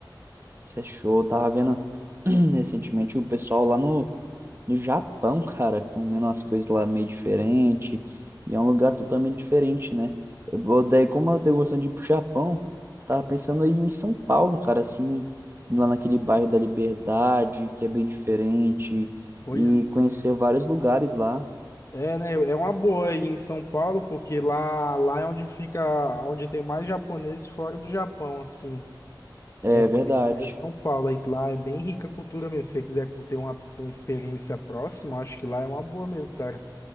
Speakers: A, on the right (about 30°); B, on the left (about 40°).
A: Isso é show. Eu Tava vendo <clears throat> recentemente o pessoal lá no no Japão, cara, comendo umas coisas lá meio diferente, e é um lugar totalmente diferente, né? Eu, daí, como eu tenho gostando de ir pro Japão, tava pensando em ir em São Paulo, cara, assim, lá naquele bairro da Liberdade, que é bem diferente,
B: Pois
A: e conhecer vários lugares lá.
B: é, né? É uma boa aí em São Paulo, porque lá, lá é onde fica, onde tem mais japonês fora do Japão, assim.
A: É
B: É,
A: verdade.
B: é São Paulo, aí lá é bem rica a cultura mesmo. Se você quiser ter uma, uma experiência próxima, acho que lá é uma boa mesmo, cara.